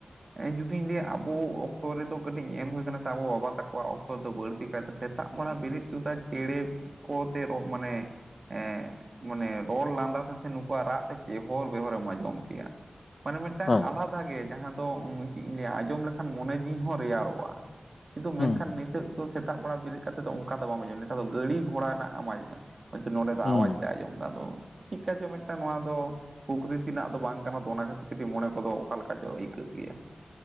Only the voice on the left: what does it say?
ᱦᱮᱸ
ᱦᱩᱸ
ᱦᱩᱸ
ᱦᱩᱸ